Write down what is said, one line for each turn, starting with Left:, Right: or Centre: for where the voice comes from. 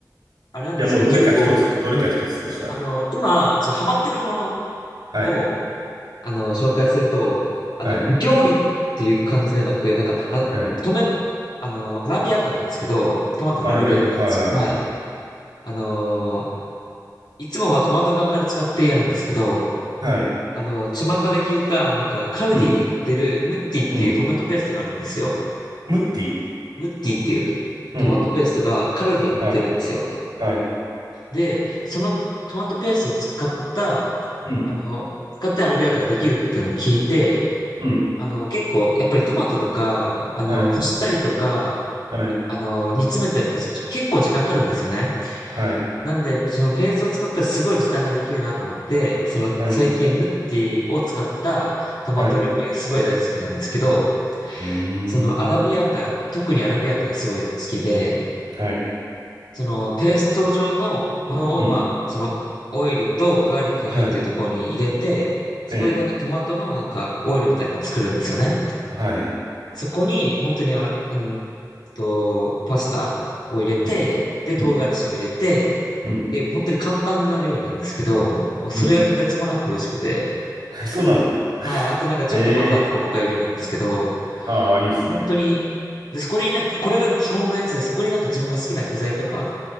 Left: あれなんですけど、
Right: いやもうどれか一つ、
Left: 結構、
Right: どれか一つとしたら。
Left: あの、今、ちょっとハマってるもの
Right: はい。
Left: をあの、紹介すると、あの、
Right: はい。
Left: 料理っていう感じではなく、なんか、あ、
Right: はい。
Left: トマ、あの、アラビアータなんですけど、トマトのアラビアータなんです。
Right: アラビアートはいはいはいはい。
Left: はい。あのーいつもはトマト缶から使ってやるんですけど、
Right: はい。
Left: あの、巷で聞いた、あのなんか、カルディに売ってるムッティっていうトマトペーストがあるんですよ。
Right: うん。うん。ムッティ。
Left: ムッティっていう
Right: うん。
Left: トマトペーストがカルディに売ってるんですよ。
Right: はい。はい。
Left: で、そのトマトペーストを使った、
Right: うん。
Left: あの、使ってアラビアータができるっていうのを聞いて、
Right: うん。
Left: あの、結構、やっぱりトマトとか、あの、
Right: はい。
Left: こしたりとか、
Right: はい。
Left: あの、煮詰めたりとかして、ちょ結構時間かかるんですよね。
Right: はい。
Left: なんで、そのペーストを使ったらすごい時短ができるなと思って、その最近ムッティを使ったトマト料理がすごい大好きなんですけど、
Right: はい。はい。うー
Left: そのアラビアータ、
Right: ん。
Left: 特にアラビアータがすごい好きで、
Right: はい。
Left: そのペースト状のものを、
Right: うん。
Left: まあ、そのオイルとガーリックが入ってるところに入れて、
Right: はい。
Left: そこでなんかトマトのなんかオイルみたいなのを作るんですよね。
Right: ええ。はいはい。
Left: そこに、本当にあら、うんと、パスタを入れて、
Right: うん。
Left: で、唐辛子を入れて、
Right: うん。うん。
Left: で、本当に簡単な料理なんですけど、もうそれがとてつもなく美味しくて、
Right: うん。<laughs> そうなんだ。
Left: はい、あとなんかちょっとバターとか僕は入れるんですけど、
Right: ええ。ああ、いいですね。
Left: 本当に、で、そこになんか、これが基本のやつで、そこになんか自分が好きな具材とか